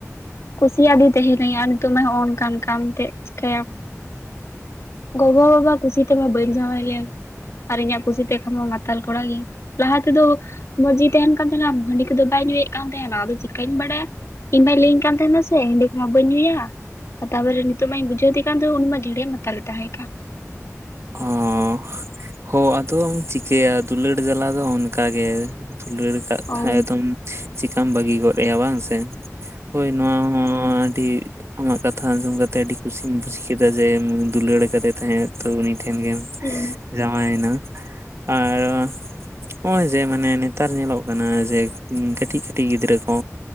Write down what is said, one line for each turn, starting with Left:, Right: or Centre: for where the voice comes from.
Left: ᱠᱩᱥᱤᱭᱟᱫᱤ ᱛᱟᱦᱮᱱᱟᱹᱧ, ᱟᱨ ᱱᱤᱛᱚᱜ ᱦᱚᱸ ᱚᱱ ᱠᱟᱱ ᱠᱟᱱᱛᱮᱜ ᱪᱤᱠᱟᱭᱟᱢ᱾ ᱜᱚᱜᱚ ᱵᱟᱵᱟ ᱠᱩᱥᱤ ᱛᱮᱢᱟ ᱵᱟᱹᱧ ᱡᱟᱣᱟᱶ ᱞᱮᱱ᱾ ᱟᱨ ᱤᱧᱟᱹᱜ ᱠᱩᱥᱤᱛᱮ ᱠᱷᱟᱱ ᱢᱟ ᱢᱟᱛᱟᱞ ᱠᱚᱲᱟ ᱜᱮ᱾ ᱞᱟᱦᱟ ᱛᱮᱫᱚ ᱢᱚᱡ ᱜᱮ ᱛᱟᱦᱮᱱ ᱠᱟᱱ ᱛᱟᱦᱮᱱᱟ᱾ ᱦᱟᱺᱰᱤ ᱠᱚᱫᱚ ᱵᱟᱭ ᱧᱩᱭᱮᱫ ᱠᱟᱱ ᱛᱟᱦᱮᱱᱟ᱾ ᱟᱫᱚ ᱪᱤᱠᱟᱧ ᱵᱟᱲᱟᱭᱟ, ᱤᱧ ᱢᱟᱭ ᱞᱟᱹᱭᱟᱹᱧ ᱠᱟᱱ ᱛᱟᱦᱮᱱᱟ ᱥᱮ ᱦᱟᱺᱰᱤ ᱠᱚ ᱢᱟ ᱵᱟᱹᱧ ᱧᱩᱭᱟ᱾ ᱟᱨ ᱛᱟᱨᱯᱚᱨᱮ ᱱᱤᱛᱚᱜ ᱢᱟᱧ ᱵᱩᱡᱷᱟᱹᱣ ᱮ ᱠᱟᱱ ᱩᱱᱤ ᱢᱟ ᱡᱷᱟᱲᱮ ᱢᱟᱛᱟᱞᱮ ᱛᱟᱦᱮᱸ ᱠᱟᱱ ᱾
Right: ᱚᱸᱻᱦᱚᱸ ᱟᱫᱚᱢ ᱪᱤᱠᱟᱹᱭᱟ ᱫᱩᱞᱟᱹᱲ ᱡᱟᱞᱟ ᱫᱚ ᱚᱱ ᱚᱱᱠᱟ ᱜᱮ ᱫᱩᱞᱟᱹᱲ ᱠᱟᱜ
Left: ᱦᱳᱭ
Right: ᱠᱷᱟᱡ ᱫᱚᱢ ᱪᱤᱠᱟᱢ ᱵᱟᱹᱜᱤ ᱜᱚᱜ ᱟᱭᱟ ᱵᱟᱝ ᱥᱮ? ᱦᱳᱭ ᱱᱚᱣᱟ ᱦᱚᱸ ᱟᱹᱰᱤ ᱟᱢᱟᱜ ᱠᱟᱛᱷᱟ ᱟᱸᱡᱚᱢ ᱠᱟᱛᱮ ᱟᱹᱰᱤ ᱠᱩᱥᱤᱧ ᱵᱩᱡ ᱠᱮᱫᱟ᱾ ᱡᱮᱢ ᱫᱩᱞᱟᱹᱲ ᱟᱠᱟᱫᱮ ᱛᱟᱦᱮᱸᱫ ᱛᱚ ᱩᱱᱤ ᱴᱷᱮᱱ ᱜᱮᱢ
Left: ᱦᱮᱸ
Right: ᱡᱟᱶᱟᱭᱮᱱᱟ ᱟᱨᱚ ᱦᱚᱜᱼᱚᱭ ᱡᱮ ᱢᱟᱱᱮ ᱱᱮᱛᱟᱨ ᱧᱮᱞᱚᱜ ᱠᱟᱱᱟ ᱡᱮ ᱠᱟᱹᱴᱤᱡ ᱠᱟᱹᱴᱤᱡ ᱜᱤᱫᱽᱨᱟᱹ ᱠᱚ,